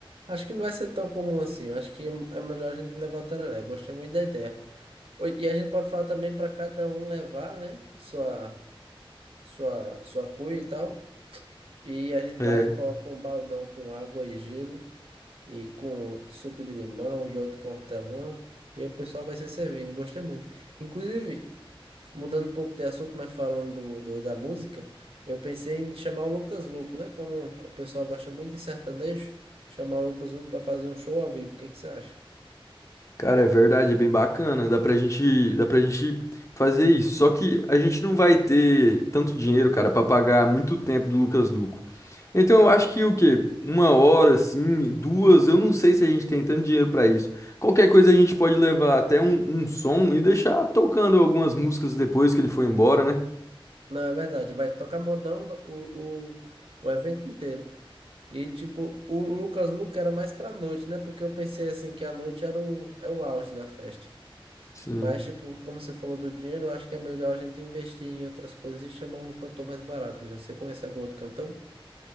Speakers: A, on the right; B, on the left.
A: acho que não vai ser tão comum assim. Eu acho que é é melhor a gente levar o tereré. Gostei muito da ideia. Oi, E a gente pode falar também para cada um levar, né? Sua, sua, sua cuia e tal. E a gente
B: É.
A: vai e coloca um baldão com água e gelo, e com suco de limão e outro com hortelã, e aí o pessoal vai se servindo. Gostei muito. Inclusive, mudando um pouco de assunto, mas falando do, do- da música, eu pensei em chamar o Lucas Luco, né? Como o pessoal gosta muito de sertanejo, chamar o Lucas Luco para fazer um show ao vivo. O que é que você acha?
B: Cara, é verdade, é bem bacana. Dá pra gente, dá pra gente fazer isso. Só que a gente não vai ter tanto dinheiro, cara, pra pagar muito tempo do Lucas Luco. Então eu acho que o quê? Uma hora, assim, duas, eu não sei se a gente tem tanto dinheiro pra isso. Qualquer coisa a gente pode levar até um, um som e deixar tocando algumas músicas depois que ele for embora, né?
A: Não, é verdade. Vai tocar modão o, o, o evento inteiro. E, tipo, o Lucas Luco era mais pra noite, né? Porque eu pensei, assim, que a noite era o, é o auge da festa.
B: Sim.
A: Mas, tipo, como você falou do dinheiro, eu acho que é melhor a gente investir em outras coisas e chamar um cantor mais barato mesmo. Você conhece algum outro cantor?